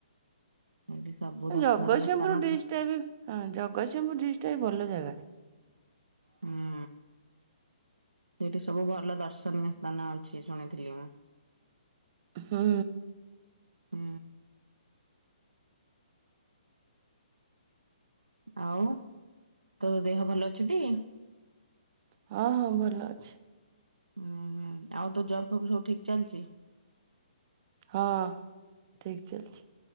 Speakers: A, on the right; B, on the right.
A: ସେଇଠି ସବୁ ଦର୍ଶନୀୟ
B: ଜଗତସିଂହପୁର
A: ସ୍ଥାନ ଅଛି।
B: ଡିଷ୍ଟ ଟା ବି, ହଁ ଜଗତସିଂହପୁର ଡିଷ୍ଟ୍ ଟା ବି ଭଲ ଯା ଗା।
A: ହୁଁ ସେଇଠି ସବୁ ଭଲ ଦର୍ଶନୀୟ ସ୍ଥାନ ଅଛି ଶୁଣିଥିଲି ମୁଁ।
B: ହୁଁ।
A: ହୁଁ। ଆଉ ତୋ ଦେହ ଭଲ ଅଛି ଟି?
B: ହଁ ହଁ ଭଲ ଅଛି।
A: ହୁଁ ହୁଁ ଆଉ ତୋ ଜବ୍ ଫବ ସବୁ ଠିକ ଚାଲିଛି।
B: ହଁ ଠିକ ଚାଲିଛି।